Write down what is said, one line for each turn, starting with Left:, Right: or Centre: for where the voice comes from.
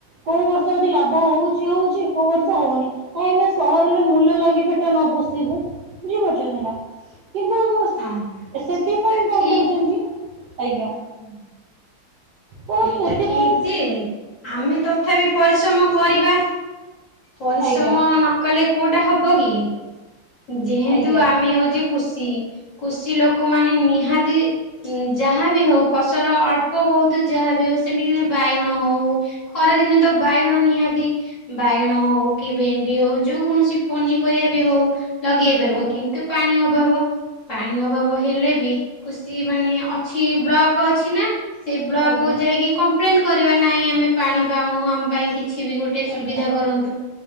Right: କୋଉ ବର୍ଷ ଯଦି ଲାଭ ହଉଚି ହଉଚି କୋଉ ବର୍ଷ ହଉନି। କାହିଁ ନା ସହରରେ ମୂଲ ଲାଗି ପେଟ ନ ପୋଷିବୁ ବୁଝିପାରୁଚନ୍ତି ନା କିନ୍ତୁ
Left: ହଁ
Right: ସେଥିପାଇଁ
Left: ସେଟା
Right: କଣ
Left: ଠିକ
Right: କରୁଚନ୍ତି ଆଜ୍ଞା।
Left: <inaudible>
Right: ତ
Left: ସେଇଟା
Right: ସେଥିପାଇଁ
Left: ଠିକ୍ ଯେ ଆମେ ତଥାପି ପରିଶ୍ରମ କରିବା। ପରିଶ୍ରମ
Right: ଆଜ୍ଞା
Left: ନକଲେ କୋଉଟା ହେବ କି? ଯେହେତୁ
Right: ଆଜ୍ଞା
Left: ଆମେ ହେଉଚି କୃଷି କୃଷି ଲୋକ ମାନ ନିହାତି ଯାହାବି ହୋଉ ଫସଲ ଅଳ୍ପ ବହୁତ୍ ଯାହାବି ହୋଉ ସେଠିକିନା ବାଇଗଣ ହଉ। ଖରାଦିନ ତ ବାଇଗଣ ନିହାତି। ବାଇଗଣ ହୋଉ କି ଭେଣ୍ଡି ହୋଉ ଯୋଉ କୌଣସି ପନିପରିବା ବି ହୋଉ ଲଗେଇ ପାରିବ।
Right: ଆଜ୍ଞା
Left: କିନ୍ତୁ ପାଣି ଅଭାବ। ପାଣି ଅଭାବ ହେଲେ ବି କୃଷ ମାନେ ଅଛି ବ୍ଲକ ଅଛି ନା। ସେ ବ୍ଲକକୁୁ
Right: ଆଜ୍ଞା
Left: ଯାଇକି କମ୍ପ୍ଲେନେ କରିବା ନାହିଁ ଆମେ ପାଣି ପାଉନୁ ଆମ ପାଇଁ କି କିଛି ବି ଗୋଟେ ସୁବିଧା
Right: ଆଜ୍ଞା
Left: କରନ୍ତୁ